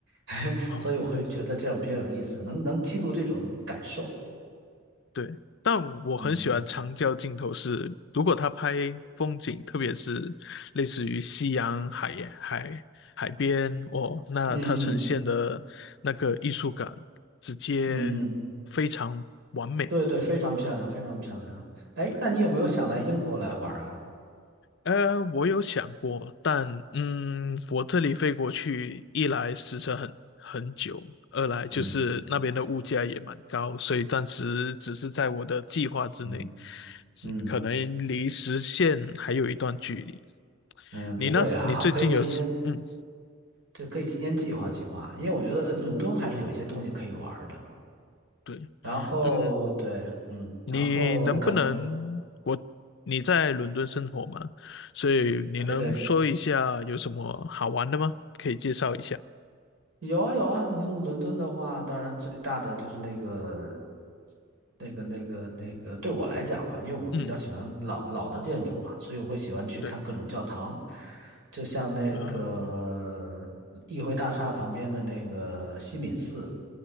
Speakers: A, on the right; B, on the left.
A: <laughs>
B: 哦。
A: 所以我会觉得这样比较有意思，能能记录这种感受。
B: 对，但我很喜欢长焦镜头是，
A: 嗯
B: 如果他拍风景，特别是类似于夕阳、海海海边，哦，那它呈现的那个艺术感直接非常完美。
A: 嗯嗯嗯嗯。对对，非常漂亮，非常漂亮。哎，
B: 对，
A: 那你有没有想来英国来玩儿啊？
B: 呃，我有想过，但嗯，我这里飞过去，一来时程很很久，二来就是那边的物价也蛮高，
A: 嗯
B: 所以暂时只是在我的计划之内，
A: 嗯嗯
B: 嗯可能离实现还有一段距离。
A: 嗯，
B: 你呢？
A: 不过也还好，
B: 你最近有什，
A: 可以提前，
B: 嗯，
A: 这可以提前计划计划，因为我觉得伦敦还是有一些东西可以玩儿的。
B: 对，
A: 然后对，
B: 嗯，
A: 嗯，
B: 你能不能，
A: 然后可能
B: 我，你在伦敦生活吗？所以你能说一下有什么好玩的吗？
A: 对对，
B: 可以介绍一下。
A: 有啊有啊，英伦敦的话，当然最大的就是那个、那个、那个、那个，对我来讲了，因为我比较喜欢老老的建筑嘛，
B: 嗯，
A: 所以我会喜欢去看各种教堂，
B: 对，
A: 就像那个议会大厦旁边的那个西敏寺，
B: 啊。